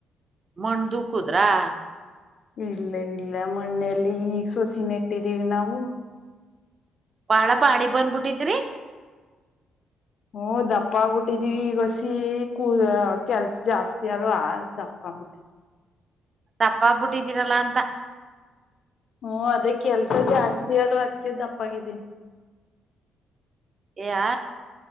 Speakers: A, on the right (about 40°); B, on the left (about 60°).
A: ಮಣದು ಕುದ್ರಾ.
B: ಇಲ್ಲ ಇಲ್ಲ ಮಣ್ಣೆಲ್ಲಿ ಈಗ್ ಸೊಸಿ ನೆಟ್ಟಿದ್ದೀವಿ ನಾವು.
A: ಬಾಳ ಬಾಡಿ ಬಂದ್ಬಿಟ್ಟಿದ್ರಿ.
B: ಹು ದಪ್ಪಾ ಆಗಬಿಟ್ಟಿದೀವಿ ಈಗೋಸಿ ಕೂ ಕೆಲ್ಸ ಜಾಸ್ತಿ ಅಲ್ವಾ ದಪ್ಪ. ಪ್ಪಾ ಆಗ್ಬಿಟ್ಟಿ.
A: ದಪ್ಪಾಗ್ಬಟ್ಟಿದ್ದೀರಲ್ಲಾ ಅಂತಾ.
B: ಹು ಅದೇ ಕೆಲ್ಸ ಜಾಸ್ತಿ ಅಲ್ವಾ ಅದ್ಕೆ ದಪ್ಪಾಗಿದ್ದೀನಿ.
A: ಯಾ.